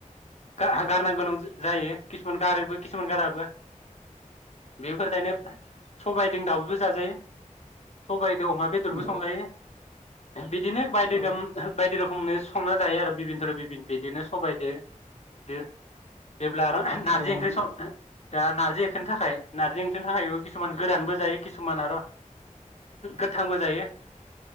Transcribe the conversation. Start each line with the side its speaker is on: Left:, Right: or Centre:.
Left: गा गारनो गोनां जायो। किसुमान गारैबो किसुमान गाराबो, बेफोर दायनोब सबायजों दाउजों जाजायो सबाय अमा बेदरबो
Right: नंगौ
Left: संजायो। बिदिनो बायदि
Right: औ
Left: रोम बायदि रोखोम समनो संनाय जायो आरो बिबिदरन बिदिनो सबायजो जेब्ला आराम नारजि
Right: औ नंगौ
Left: ओंख्रि सं दा नारजि ओंखोनि थाखाय नारजि ओंखोनि थाखायबो किसुमान गोरानबो जायो किसुमान र' गोथांबो जायो।